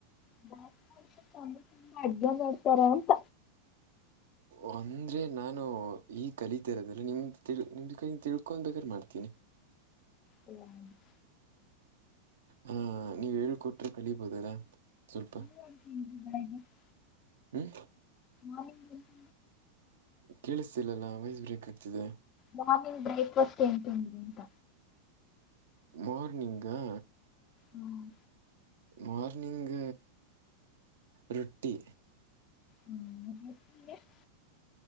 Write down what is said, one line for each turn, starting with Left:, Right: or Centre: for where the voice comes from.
Left: <unintelligible> ಚೆಂದ ಚೆಂದ ಅಡಿಗೆ ಮಾಡ್ತಾರೆ ಅಂತ
Right: ಓಂ ಅಂದ್ರೆ ನಾನು ಈಗ ಕಲಿತರೋದಲ್ಲ ನಿಮ್ದ ನಿಮ್ದು ತಿಳ್ಕೊ ನಿಮ್ದು ತಿಳಕ್ಕೊಂಡ ಮಾಡ್ತೀನಿ.
Left: ಹ <unintelligible>
Right: ಹಾ ನೀವ್ ಹೇಳ್ ಕೊಟ್ರೆ ಕಲಿಬೋದಲ್ಲ ಸ್ವಲ್ಪ.
Left: <unintelligible>
Right: ಹ್ಮು
Left: ಹಾ <unintelligible>
Right: ಕೇಳಿಸ್ತಿಲ್ಲಲ್ಲ ವಾಯ್ಸ್ ಬ್ರೇಕ್ ಆಗ್ತಿದೆ.
Left: ಮಾರ್ನಿಂಗ್ ಬ್ರೇಕ್ಫಾಸ್ಟ್ ಏನ್ ತಿಂದ್ರಿ ಅಂತ
Right: ಮಾರ್ನಿಂಗಾ
Left: ಹ್ಮ್
Right: ಮಾರ್ನಿಂಗ ರೊಟ್ಟಿ.
Left: ಹ್ಮ್ <unintelligible>